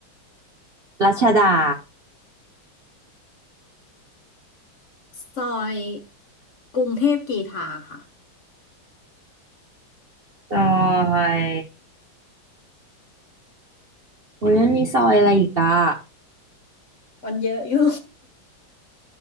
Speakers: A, on the right; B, on the left.
A: รัชดา
B: ซอยกรุงเทพกรีฑาค่ะ
A: ซอยโอ้ยมันมีซอยอะไรอีกอ่ะ
B: วันเยอะอยู่